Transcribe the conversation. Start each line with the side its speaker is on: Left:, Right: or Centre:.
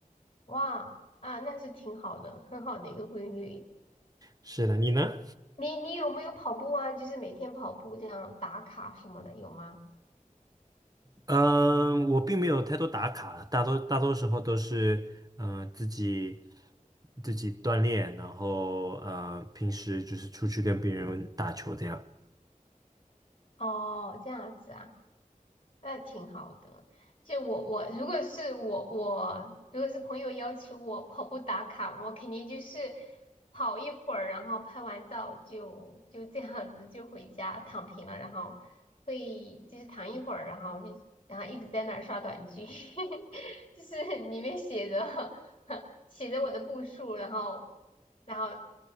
Left: 哇，啊，那是挺好的，很好的一个规律。
Right: 是的，你呢？
Left: 你你有没有跑步啊？就是每天跑步这样打卡什么的，有吗？
Right: 嗯、我并没有太多打卡，大多大多时候都是嗯、呃自己自己锻炼，然后呃平时就是出去跟别人打球这样。
Left: 哦，这样子啊，那挺好的。就我我如果是我我如果是朋友要求我跑步打卡，我肯定就是跑一会儿，然后拍完照就就这样子就回家躺平了，然后会就是躺一会儿，然后就然后一直在那儿刷短剧，<laughs> 就是里面写着 <laughs> 写着我的步数，然后然后